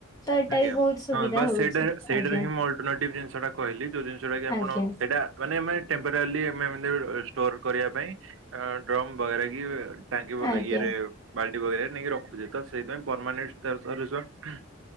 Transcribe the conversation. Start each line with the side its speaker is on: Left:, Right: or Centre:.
Left: ତ ଏଟା
Right: ଆଜ୍ଞା
Left: ବି ବହୁତ ସୁବିଧା
Right: ହଁବାସ୍
Left: ହଉଛି
Right: ସେଇଟା ସେଇଟାରେ
Left: ଆଜ୍ଞା
Right: ହିଁ ମୁଁ ଅଲଟନେଟିବ ଜିନିଷ ଟା କହିଲି ଯଉ ଜିନିଷଟା କି ଆପଣ
Left: ଆଜ୍ଞା
Right: ସେଇଟା ମାନେ ଆମେ ଟେମ୍ପରାରଲି ଆମେ ଏମିତି ଷ୍ଟୋର କରିବା ପାଇଁ ଡ୍ରମ୍ ବଗେରା କି ଟାଙ୍କି ବ
Left: ଆଜ୍ଞା
Right: ଇଏରେ ବାଲ୍ଟି ବଗେରା ନେଇକି ରଖୁଛେ ତ ସେଇଥିପାଇଁ ପରମାନେଟ ଷ୍ଟର୍ସଲୟୁସନ